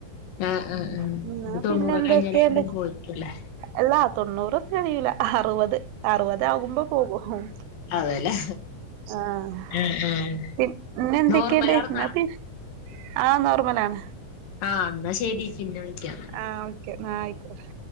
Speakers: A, on the left (about 75°); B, on the right (about 85°).
A: ആഹ് ആഹ്
B: ഉം
A: ആഹ്
B: ന്നാ
A: ഇനി തൊണ്ണൂറ്
B: പിന്നെ എന്തൊക്കെണ്ട്
A: കഴിഞ്ഞാലായിരിക്കും പോയിരിക്കല്ലേ
B: അല്ലാ തൊണ്ണൂറൊന്നും കഴിയൂല അറുപത് അറുപതാകുമ്പോ പോകും
A: അതെല്ലേ
B: ആഹ്
A: ആഹ് ആഹ്
B: പി പിന്നെന്തൊക്കെണ്ട്
A: നോർമലാർന്നാ
B: ന്നാ പി ആഹ് നോർമലാണ്
A: ആഹ് ന്നാ ശരി പിന്നെ വിളിക്കാം
B: ആഹ് ഓക്കെ ന്ന ആയിക്കോട്ടെ